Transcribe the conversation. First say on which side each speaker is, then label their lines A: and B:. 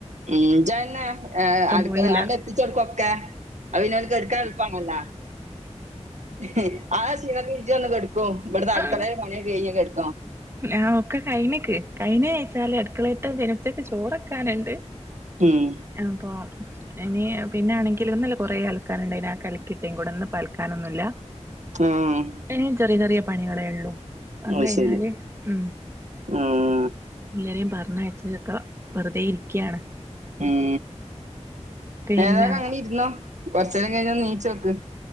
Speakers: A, on the right (about 75°); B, on the right (about 20°).
A: ഉം ജ്ജെന്നെ ഏഹ് അട്ക്ക
B: പോയില്ല
A: അങ്ങ്ട് എത്തിച്ചോട്ക്കും ഒക്കെ അ <unintelligible> പിന്നോൽക് എട്ക്കാൻ എൾപാണല്ലൊ ഹ് ആ ഷീണത്തി ഇജെജാന്ന് കെട്ക്കും ഇബ്ട്തെ
B: ആഹ്
A: അട്ക്കളീല് പണിയൊക്ക കൈഞ് കെട്
B: ആഹ് ഒക്കെ കൈന്ക്ക് കൈന്ച്ചാല് അട്ക്കളീത്തെ കൈഞ് ഉച്ചക്ക് ചോറെക്കാന്ണ്ട്
A: ഉം
B: അപ്പൊ ഇനി പിന്നെ ആണെങ്കിൽ ഇന്നലെ കുറേ അലക്കാന്ണ്ടേയ്ന് അ ഒക്കെ അലക്കിട്ടേം കൂടെ ഇന്ന് പ്പ അലക്കാനൊന്നൂല്ല.
A: ആഹ്
B: ഇനി ചെറിയ ചെറിയ പണികളെ ഉള്ളു അഉം
A: അത്
B: കയ്ഞാല്
A: ശരി
B: ര മ് <unintelligible>
A: ആഹ്
B: പറഞ്ഞ യച്ചതൊക്കെ വെറുതെ ഇരിക്കുകയാണ്
A: ഉം
B: പിന്നെ
A: ഏതായാലും അങ്ങനെ ഇരുന്നോ. കൊറച്ച്നേരം കഴിഞ്ഞ നീ ച്ചോക്ക്